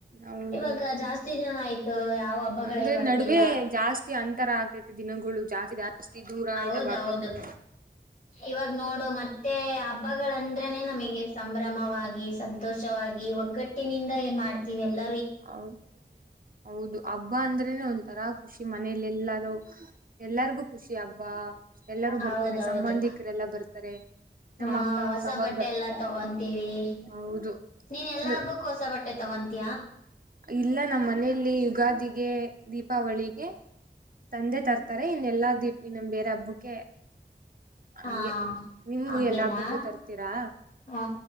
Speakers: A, on the right; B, on the left.
A: ಹೌದು
B: ಇವಾಗ ಜಾಸ್ತಿ ಜನ ಆಯ್ತು ನಾವವು ಹಬ್ಬಗಳೇ
A: ಅಂದ್ರೆ
B: ಬರ್ತಿಲ್ಲ
A: ನಡುವೆ ಜಾಸ್ತಿ ಅಂತರ ಆಗ್ತೈತಿ ದಿನಗಳು ಜಾಸ್ತಿ ಜಾಸ್ತಿ ದೂರ
B: ಹೌದೌದು
A: ಇದ್ದಾವ ಹಬ್ಬಗಳು
B: ಇವಾಗ ನೋಡು ಮತ್ತೆ ಹಬ್ಬಗಳಂದ್ರೆನೆ ನಮಗೆ ಸಂಭ್ರಮವಾಗಿ ಸಂತೋಷವಾಗಿ ಗಟ್ಟಿನಿಂದ ಏ ಮಾಡ್ತೀವಿ ಎಲ್ಲ
A: ಹೌ ಹೌದು ಹಬ್ಬ ಅಂದ್ರೇನೆ ಒಂಥರ ಖುಷಿ ಮನೇಲೆ ಎಲ್ಲಾರೂ ಎಲ್ಲರಿಗೂ ಖುಷಿ ಹಬ್ಬಾ ಎಲ್ಲಾರೂ ಬರ್ತಾರೆ
B: ಹೌದೌದು
A: ಸಂಬಂಧಿಕರೆಲ್ಲಾ ಬರ್ತಾರೆ
B: ಹಾ
A: ನಮ್ಮ ಅಕ್ಕ
B: ಹೊಸ
A: ಸಹೋದರ
B: ಬಟ್ಟೆ ಎಲ್ಲಾ ತಗೊಂತೀವಿ
A: ಹೌದು
B: ನೀನ್ ಎಲ್ಲಾ
A: ಅಂದ್ರೆ
B: ಹಬ್ಬಕ್ಕೂ ಹೊಸ ಬಟ್ಟೆ ತವಂತ
A: ಇಲ್ಲ ನಮ್ಮ್ ಮನೆಯಲ್ಲಿ ಯುಗಾದಿಗೆ ದೀಪಾವಳಿಗೆ ತಂದೆ ತರ್ತಾರೆ ಇನ್ನ ಎಲ್ಲಾ ದೀಪ್ ಇನ್ನಮ್ ಬೇರೆ ಹಬ್ಬಕ್ಕೆ ಹಂಗೆ
B: ಹಾ
A: ನಿಮ
B: ಹಂಗೇನಾ
A: ಎಲ್ಲ ಹಬ್ಬಕ್ಕೂ ತರ್ತೀರಾ
B: ಹಾ